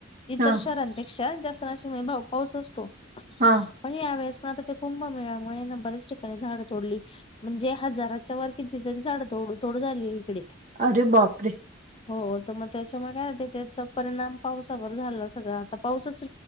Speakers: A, on the left; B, on the right.
A: इतर
B: हां,
A: शहरांपेक्षा जास्त पाऊस असतो
B: हां.
A: पण यावेळेस पण आता ते कुंभ मेळ्यामुळे बरेच ठिकाणी झाडं तोडली म्हणजे हजाराच्या वर कितीतरी झाड तोड तोड झाली इकडे
B: अरे बापरे!
A: हो तर मग त्याच्यामुळे काय त्याचा परिणाम पावसावर झाला सगळ आता पावसच